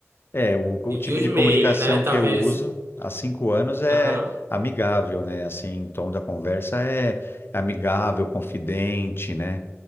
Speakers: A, on the left; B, on the right.
A: é o, o
B: E
A: tipo
B: os
A: de
B: meios,
A: comunicação
B: né? Talvez.
A: que eu uso há cinco anos é
B: Aham.
A: amigável, né? Assim, o tom da conversa é amigável, confidente, né?